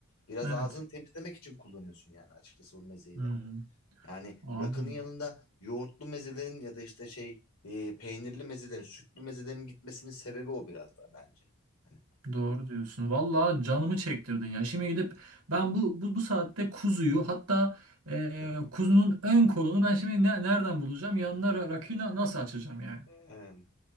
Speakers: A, on the left; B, on the right.
A: Biraz
B: Evet.
A: ağzını temizlemek için kullanıyorsun yani açıkçası bu mezeyi
B: Hı
A: de.
B: hı.
A: Yani
B: Abi
A: rakının yanında yoğurtlu mezelerin ya da işte şey e, peynirli mezelerin, sütlü mezelerin gitmesinin sebebi o biraz da bence. Hani.
B: doğru diyorsun. Vallahi canımı çektirdin ya. Şimdi gidip ben bu bu, bu saatte kuzuyu hatta e,
A: <laughs>
B: kuzunun ön kolunu ben şimdi ne- nereden bulacağım? Yanına ra- rakıyı na- nasıl açacağım yani?
A: Em,